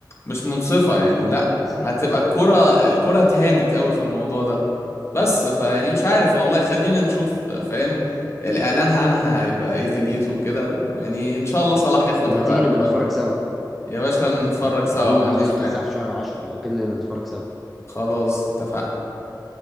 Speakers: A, on the left (about 35°); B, in the centre.
A: مش منصفه يعني
B: صعب
A: لا
B: لا لا صعب
A: هتبقى الكره
B: صعب
A: الكره اتهانت قوي في الموضوع ده بس فيعني مش عارف
B: صعب أوي.
A: والله خلينا نشوف فاهم الاعلان عنها هيبقى ايه دنيته وكده ويعني ان شاء الله صلاح ياخدها
B: طب ما
A: بقى
B: تيجي
A: قبل
B: نبقى
A: بالنا.
B: نتفرج سوا
A: يا باشا نتفرج
B: آه،
A: سوا
B: اظن
A: ما عنديش
B: اظن بتتذاع
A: مانع
B: في شهر 10 لو كده نبقى نتفرج سوا
A: خلاص اتفقنا